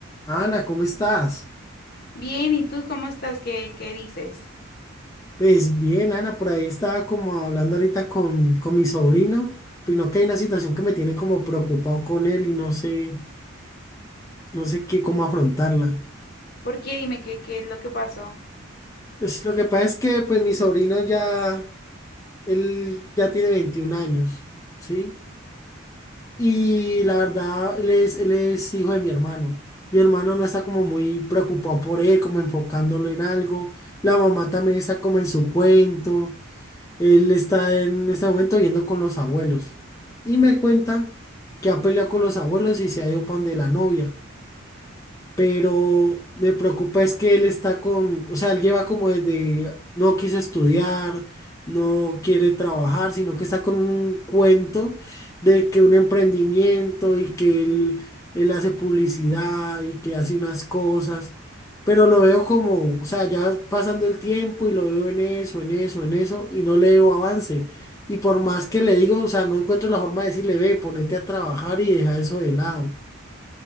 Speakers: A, on the left (about 15°); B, on the left (about 45°).
A: Ana, ¿cómo estás?
B: Bien, ¿y tú cómo estás? ¿Qué, qué dices?
A: Pues bien, Ana, por ahí estaba como hablando ahorita con, con mi sobrino, pero que hay una situación que me tiene como preocupado con él y no sé, no sé qué, cómo afrontarla.
B: ¿Por qué? Dime qué, qué es lo que pasó.
A: Pues lo que pasa es que pues mi sobrino ya, él ya tiene 21 años, ¿sí? Y la verdad, él es, él es hijo de mi hermano. Mi hermano no está como muy preocupado por él, como enfocándolo en algo. La mamá también está como en su cuento. Él está en este momento viviendo con los abuelos y me cuenta que ha peleado con los abuelos y se ha ido para donde la novia pero me preocupa es que él está con, o sea, él lleva como desde, no quiso estudiar, no quiere trabajar, sino que está con un cuento de que un emprendimiento y que él, él hace publicidad y que hace unas cosas, pero lo veo como, o sea, ya pasando el tiempo y lo veo en eso, en eso, en eso, y no le veo avance. Y por más que le digo, o sea, no encuentro la forma de decirle, ve, ponete a trabajar y deja eso de lado.